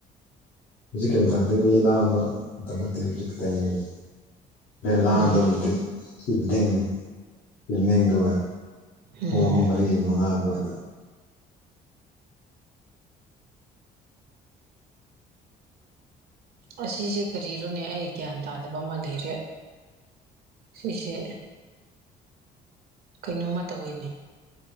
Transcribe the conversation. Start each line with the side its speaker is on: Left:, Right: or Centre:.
Left: ꯍꯧꯖꯤꯛꯀꯤ ꯃꯇꯝꯗ ꯃꯤ ꯂꯥꯡꯕ ꯃꯇꯝ ꯅꯠꯇꯦ ꯍꯧꯖꯤꯛꯀꯤꯛ ꯇꯥꯏꯃꯤꯡꯗ ꯂꯥꯡꯗꯕꯗꯤ
Right: ꯎꯝ
Left: ꯏꯚꯤꯅꯤꯡ ꯏꯚꯤꯅꯤꯡꯗꯨ ꯋꯥꯏ
Right: ꯎꯝ
Left: ꯄꯨꯡ ꯑꯍꯨꯝ ꯃꯔꯤ ꯃꯉꯥꯗꯨꯋꯥꯏꯗ
Right: ꯑꯁꯤꯁꯦ ꯀꯔꯤꯔꯣꯅꯦ ꯑꯩ ꯒ꯭ꯌꯥꯟ ꯇꯥꯗꯕ ꯑꯃ ꯂꯩꯔꯦ ꯁꯤꯁꯦ ꯀꯩꯅꯣꯝꯃ ꯇꯧꯋꯤꯅꯦ